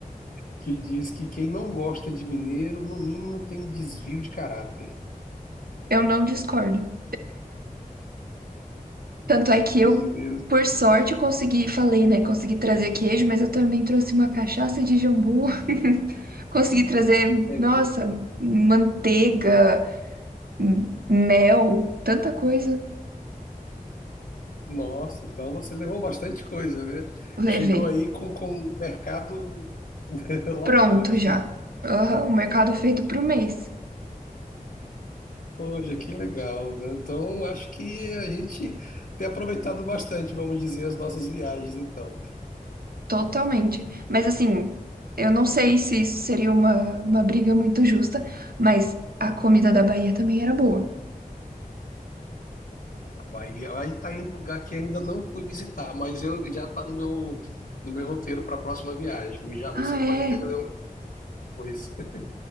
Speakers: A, on the left (about 75°); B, on the right (about 85°).
A: que diz que quem não gosta de mineiro, no mínimo, tem desvio de caráter.
B: Eu não discordo. Tanto é que
A: Os
B: eu,
A: mineiros.
B: por sorte, consegui, falei, né? Consegui trazer queijo, mas eu também trouxe uma cachaça de jambu. <laughs> Consegui trazer,
A: é,
B: nossa, manteiga, m- mel, tanta coisa.
A: nossa, então você levou bastante coisa, né?
B: Levei.
A: Chegou aí com, com o mercado <laughs> lotado.
B: Pronto já. Aham, o mercado feito pro mês.
A: Poxa, que legal, né? Então, acho que a gente tem aproveitado bastante, vamos dizer, as nossas viagens, então.
B: Totalmente. Mas assim, eu não sei se isso seria uma, uma briga muito justa, mas a comida da Bahia também era boa.
A: Bahia, aí tá em um lugar que ainda não fui visitar, mas eu já tá no meu no meu roteiro para a próxima viagem. Já você
B: Ah,
A: pode
B: é.
A: até me lembrar depois. <laughs>